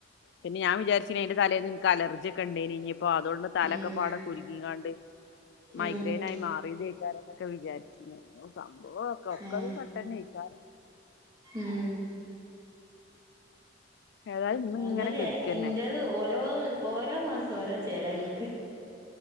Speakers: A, on the left; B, on the right.
A: പിന്ന ഞാൻ വിചാരിച്ചിനി അതിൻ്റെ തലേന്ന് നിനക്ക് അലർജി ഒക്കെ ഉണ്ടെന്ന് ഇനി അപ്പോ അതൊണ്ട് തലക്കെപ്പാടെ
B: ഉം
A: കുലുങ്ങിങ്ങാണ്ട് മൈഗ്രൈൻ
B: ഉം
A: ആയി മാറിയതേക്കാരം നൊക്കെ വിചാരിച്ച്ന് സംഭവൊക്കെ ഒക്കെ
B: ഏഹ്
A: ഇതില് പെട്ടെത്തേക്കാരം
B: ഉം
A: ഏതായാലും ഇന്ന്
B: എന്തായലും
A: ഇങ്ങനെ കെടക്കന്നെ
B: ഇന്റേത് ഓരോ ഓരോ മാസം ഓരോ ചേല എനിക്ക്